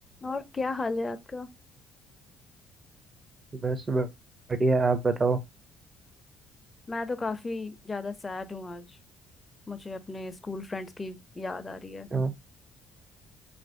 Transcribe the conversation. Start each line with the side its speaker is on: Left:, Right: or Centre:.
Left: और क्या हाल है आपका
Right: बस ब- बढ़िया आप बताओ
Left: मैं तो काफी ज्यादा सैड हूँ आज मुझे अपने स्कूल फ्रेंड्स की याद आ रही है
Right: क्यों?